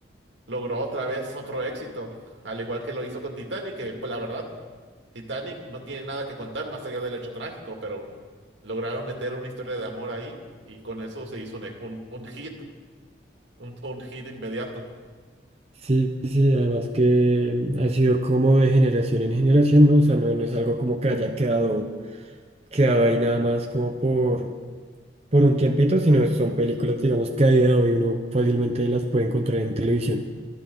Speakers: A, on the right; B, on the right.
A: logró otra vez otro éxito, al igual que lo hizo con Titanic, que pues la verdad, Titanic no tiene nada que contar más allá del hecho trágico, pero lograron meter una historia de amor ahí y con eso se hizo un, e- un, un hit, un, un hit inmediato.
B: Sí, sí, además que ha sido como de generación en generación, ¿no? O sea, no, no es algo como que haya quedado, quedado ahí nada más como por, por un tiempito, sino son películas, digamos, que a día de hoy uno fácilmente las puede encontrar en televisión.